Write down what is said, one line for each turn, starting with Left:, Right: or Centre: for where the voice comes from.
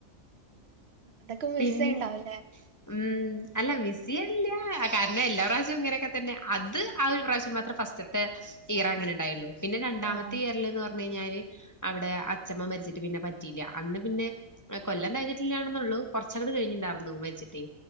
Right: അതൊക്കെ മിസ്സണ്ടാവല്ലേ
Left: പിന്നെ ഉം അല്ല മിസ്സ ചെയണില്ല കാരണം എല്ലാ പ്രാവശ്യം ഇങ്ങനെയൊക്കെ തന്നെ അത് ആ ഒരു പ്രാവശ്യം മാത്രം ഫസ്റ്റത്തെ ഈറ അങ്ങനെ ഉണ്ടായുള്ളൂ പിന്നെ രണ്ടാമത്
Right: ആഹ്
Left: കേരള എന്ന് പറ പറഞ്ഞ കഴിഞ്ഞാല് അവിടെ അച്ഛമ്മ മരിച്ചിട്ട് പിന്നെ പറ്റിയില്ല അന്ന് പിന്നെ കൊല്ലം കഴിഞ്ഞിട്ടില്ലാണെന്നള്ളു കുറച്ചൂടി കഴിഞ്ഞിുണ്ടായിരുന്നുു വരിച്ചിട്ട്